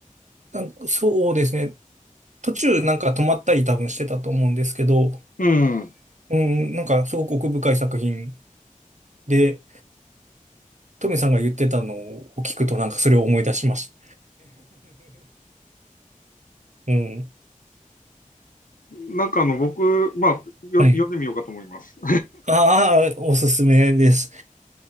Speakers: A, on the right; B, on the left.
A: なんかそうですね。途中なんか止まったり多分してたと思うんですけど、
B: うん。
A: うん、なんかすごく奥深い作品で、トミさんが言ってたのを聞くとなんかそれを思い出しました。<laughs> うん。
B: なんかあの、僕、まあ、よ、
A: はい。
B: 読んでみようかと思います。
A: ああ、おすすめです。